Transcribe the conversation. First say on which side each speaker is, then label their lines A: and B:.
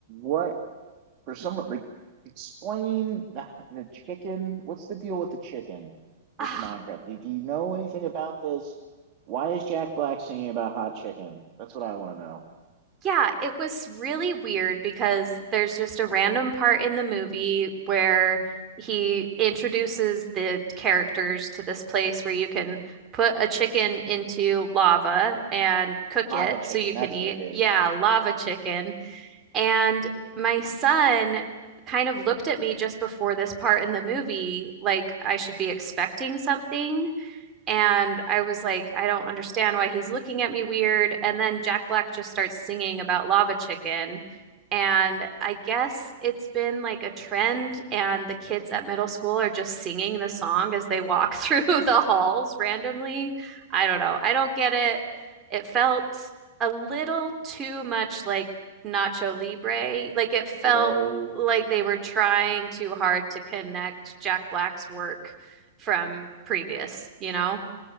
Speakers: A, on the right (about 40°); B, on the right (about 25°).
A: what for someone like explain the the chicken, what's the deal with the chicken with
B: Oh,
A: Minecraft? Do, do you know anything about this? Why is Jack Black singing about hot chicken? That's what I want to know.
B: Yeah, it was really weird because there's just a random part in the movie where he introduces the characters to this place where you can put a chicken into lava and cook
A: Lava
B: it
A: chicken,
B: so you
A: that's
B: can eat.
A: what it is.
B: Yeah, lava chicken. And my son kind of looked at me just before this part in the movie like I should be expecting something. And I was like, I don't understand why he's looking at me weird. And then Jack Black just starts singing about lava chicken. And I guess it's been like a trend, and the kids at middle school are just singing the song as they walk through <laughs> the halls randomly. I don't know. I don't get it. It felt a little too much like Nacho Libre. Like it felt
A: Right.
B: like they were trying too hard to connect Jack Black's work from previous, you know?